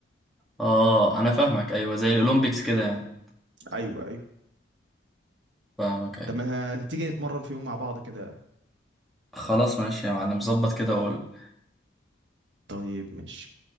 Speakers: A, in the centre; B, on the right (about 65°).
A: اه انا فاهمك ايوه زي الاولمبيكس كده يعني
B: ايوه ايوه
A: فاهمك ايوه
B: طب ما تيجي نتمرن في يوم مع بعض كده
A: خلاص ماشي يا معلم ظبط كده وقول
B: طيب ماشي